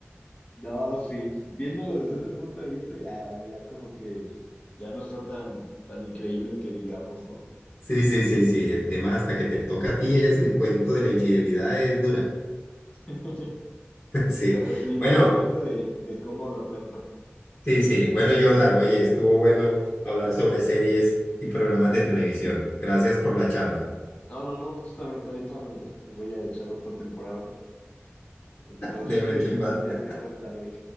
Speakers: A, on the left; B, on the left.
A: no, sí. Viéndolo desde otro punto de vista, ya, ya como que ya no está tan, tan increíble que digamos, ¿no?
B: Sí, sí, sí, sí. El tema hasta que te toca a ti es el cuento de la infidelidad, es dura.
A: <laughs>
B: Sí,
A: Pero sí,
B: bueno,
A: todo depende de, de cómo lo cuenta.
B: sí, sí.
A: Pero
B: Bueno, Jordan, oye, estuvo bueno hablar sobre series y programas de televisión. Gracias por la charla
A: no, no, no, justamente ahorita me, me voy a echar otra temporada. Entonces,
B: de Breaking Bad.
A: <laughs> pues
B: <laughs>
A: ya te contaré.